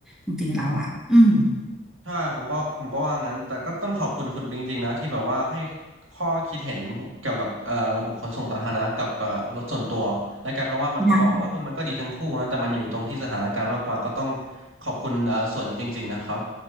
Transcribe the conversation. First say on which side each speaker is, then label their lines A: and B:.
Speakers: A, in the centre; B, on the right.
A: จริงๆแล้วอ่ะอืม
B: ใช่ผมก็ผมก็ว่างั้นแต่ก็ต้องขอบคุณคุณปิงจริงๆนะที่แบบว่าให้ข้อคิดเห็นเกี่ยวกับเอ่อระบบขนส่งสาธารณะกับเอ่อรถส่วนตัวและกลายเป็นว่ามันก็มองว่าเออมันก็ดีทั้งคู่นะแต่มันอยู่ตรงที่สถานการณ์มากกว่าก็ต้อง
A: ได้
B: ขอบคุณเอ่อส่วนนี้จริงๆนะครับ